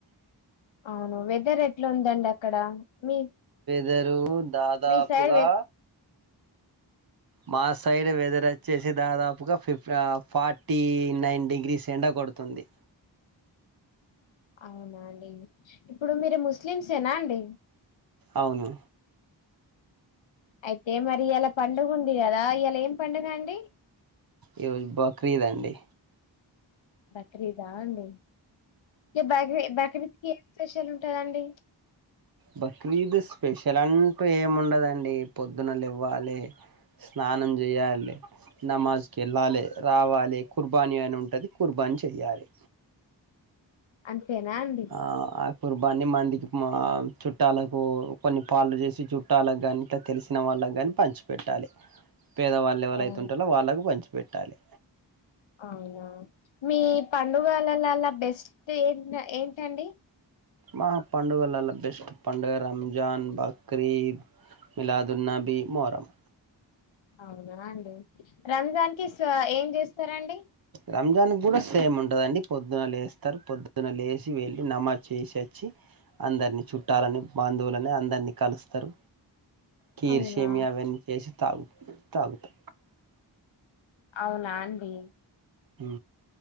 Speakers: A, on the left; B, on the right.
A: అవును వెదర్ ఎట్లా ఉందండి అక్కడ మీ
B: దరు దాదాపుగా
A: మీ సైడ్ వె
B: మా సైడ్ వెదర్ వచ్చేసి దాదాపుగా ఫిఫ ఫార్టీ నైన్ డిగ్రీస్ ఎండ కొడుతుంది
A: అవునండి ఇప్పుడు మీరు ముస్లిమ్సేనా అండి
B: అవును
A: అయితే మరి ఇయ్యాల పండుగ ఉంది కదా ఇయ్యాల ఏం పండగ అండి
B: ఈ రోజు బక్రీదండి
A: బక్రీదా అండి బక్రీద్ బక్రీద్ ఏం స్పెషల్ ఉంటదండి
B: బక్రీద్ స్పెషల్ అంటూ ఏముండదండి పొద్దునలెవ్వాలే స్నానం చేయలే నమాజ కెల్లలే రావాలే కుర్బానీ అని ఉంటది కుర్బానీ చెయ్యాలి
A: అదె తేనండి
B: ఆ ఆ కుర్బాన్ని మందికి చుట్టాలకు కొన్ని పాలు చేసి చుట్టాలకు కాని ఇట్లా తెలిసిన వాళ్ళకి కాని పంచిపెట్టాలి పేదవాళ్ళ ఎవలైతే
A: అవును
B: ఉంటారో వాళ్ళకు పంచి పెట్టాలి
A: అవునా మీ పండుగలలలా బెస్ట్ ఏ ఏంటండి
B: మహాపండుగలలా బెస్ట్ పండుగ రంజాన్ బకరీద్ మి లాదున్నబీ మొహరమ్
A: అవును అండి రంజాన్ కి స్వ ఏం చేస్తారండి
B: రంజాన్ కూడా సేమ్ ఉంటదండి పొద్దున లేస్తారు పొద్దున లేసి వెళ్ళి నమాజ్ చేసి వచ్చి అందరిని చుట్టాలని బాంధువులు అందరినీ కలుస్తారు కీర్షేమి
A: అవునా
B: అవన్నీ చేసి తాగు తాగుతా
A: అవునా అండి
B: ఆ